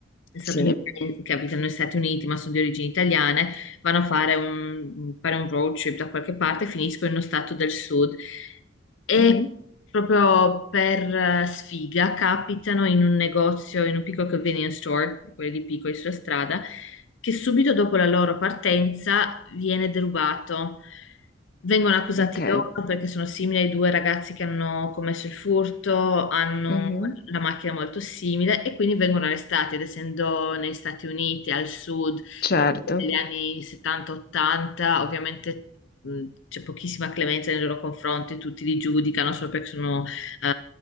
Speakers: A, on the left; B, on the left.
A: statunitensi
B: Sì.
A: che abitano negli Stati Uniti ma sono di origini italiane, vanno a fare un, fare un road trip da qualche parte e finiscono in uno stato del sud e
B: Mhm.
A: proprio per eh, sfiga capitano in un negozio, in un piccolo convenience store, quelli di piccoli sulla strada che subito dopo la loro partenza viene derubato. Vengono accusati
B: Ok.
A: loro perché sono simili ai due ragazzi che hanno commesso il furto, hanno
B: Mhm,
A: la macchina molto simile e quindi vengono arrestati, ed essendo negli Stati Uniti, al sud,
B: Certo,
A: negli anni 70-80, ovviamente mh, c'è pochissima clemenza nei loro confronti, tutti li giudicano solo perché sono eh,